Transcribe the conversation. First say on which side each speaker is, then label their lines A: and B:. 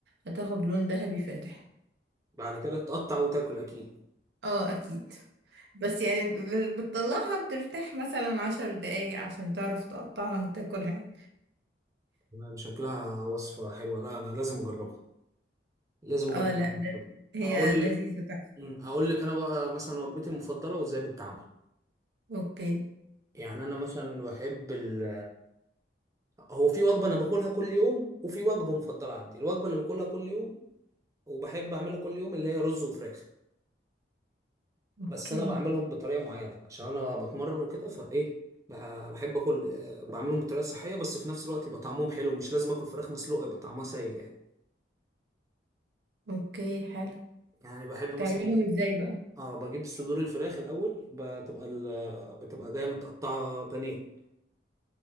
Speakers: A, on the right (about 75°); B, on the right (about 20°).
A: هتاخد لون ذهبي فاتح
B: بعد كده تقطع وتاكل اكيد
A: اه اكيد بس يعني ب- بتطلعها بترتاح مثلا عشر دقايق عشان تعرف تقطعها وتاكلها
B: تمام شكلها وصفة حلوة لا انا لازم اجربها لازم اجربها
A: اه لا هي
B: اقول
A: لذيذة تحفة
B: أمم، اقول لك انا بقى مثلا وجبتي المفضلة وازاي بتتعمل
A: اوكي
B: يعني انا مثلا بحب ال هو في وجبة أنا باكلها كل يوم وفي وجبة مفضلة عندي الوجبة اللي باكلها كل يوم وبحب أعملها كل يوم اللي هي رز وفراخ
A: اوكي
B: بس أنا بعملهم بطريقة معينة عشان أنا بتمرن وكده فإيه ب- بحب آكل آه، بعملهم بطريقة صحية بس في نفس الوقت يبقى طعمهم حلو مش لازم آكل فراخ مسلوقة يبقى طعمها سيء يعني
A: اوكي حلو
B: يعني بحب مثلا
A: تعملهم ازاي بقى
B: آه بجيب صدور الفراخ الأول بتبقى ال- بتبقى جاية متقطعة بانيه